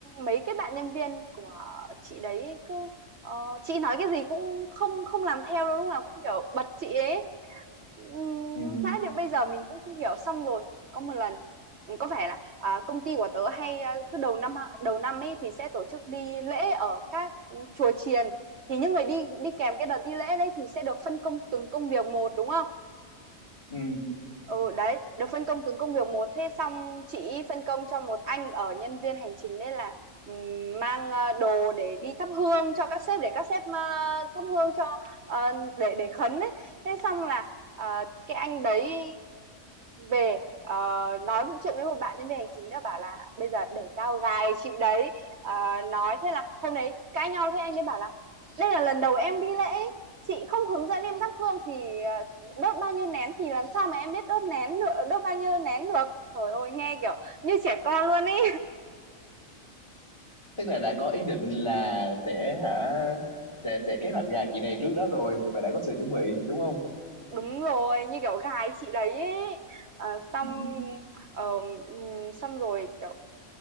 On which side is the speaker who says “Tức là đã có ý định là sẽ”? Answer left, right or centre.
Left